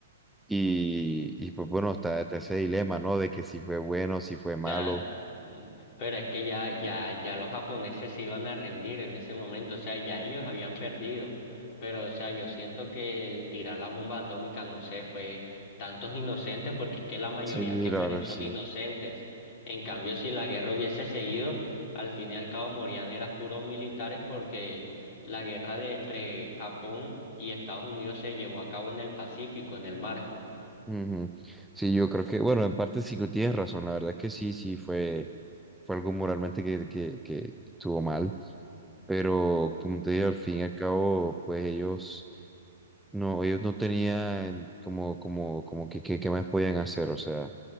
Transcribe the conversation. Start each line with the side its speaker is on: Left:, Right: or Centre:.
Centre: Y, y, pues bueno, está, está ese dilema, ¿no? De que si fue bueno, si fue malo.
Left: sea, mm, pero es que ya, ya, ya los japoneses se iban a rendir en ese momento, o sea, ya ellos habían perdido, pero, o sea, yo siento que el tirar la bomba atómica, no sé, fue tantos inocentes, porque es que la mayoría
Centre: Sí,
Left: que
Centre: la
Left: mueren
Centre: verdad,
Left: son
Centre: sí.
Left: inocentes. En cambio, si la guerra hubiese seguido, al fin y al cabo morían eran puros militares porque la guerra de entre Japón y Estados Unidos se llevó a cabo en el Pacífico, en el mar.
Centre: Ujú. Sí, yo creo que, bueno, en parte sí que tienes razón, la verdad es que sí, sí, fue, fue algo moralmente que, que, que estuvo mal, pero como te digo, al fin y al cabo, pues ellos... No, ellos no tenían como, como, como que, que- qué más podían hacer, o sea,